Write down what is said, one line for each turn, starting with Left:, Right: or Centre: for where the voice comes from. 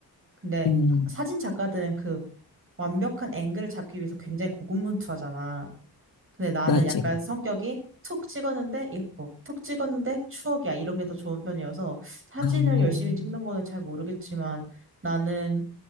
Right: 근데
Left: 음,
Right: 사- 사진 작가들은 그 완벽한 앵글을 잡기 위해서 굉장히 고군분투하잖아. 근데 나는
Left: 그렇지.
Right: 약간 성격이 툭 찍었는데 예뻐. 툭 찍었는데 추억이야. 이런 게 더 좋은 편이어서 사진을
Left: 음,
Right: 열심히 찍는 거는 잘 모르겠지만 나는